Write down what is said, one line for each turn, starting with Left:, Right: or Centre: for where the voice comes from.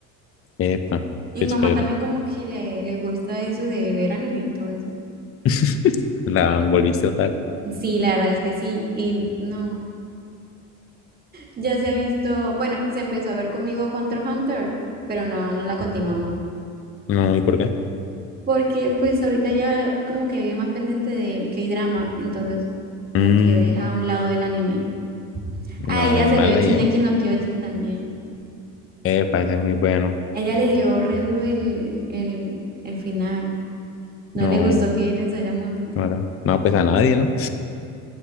Left: Epa,
Right: Y
Left: qué
Right: mamá
Left: chévere.
Right: también como que le, le gusta eso de ver anime y todo eso.
Left: <laughs> La volviste otaku.
Right: Sí, la verdad es que sí. Y no, ya se ha visto, bueno, se empezó a ver conmigo Hunter x Hunter, pero no, no la continuamos.
Left: No, ¿y por qué?
Right: Porque pues ahorita ya como que vive más pendiente del K-drama, entonces como
Left: Mm,
Right: que deja a un lado el anime.
Left: no,
Right: A ella se
Left: mal
Right: vio Shingeki
Left: ahí, ¿eh?
Right: no Kyojin también.
Left: Epa, ese es muy bueno.
Right: A ella le dio re duro el, el, el final. No
Left: No,
Right: le gustó que Eren se haya muerto.
Left: no, era- no, pues a nadie, ¿no?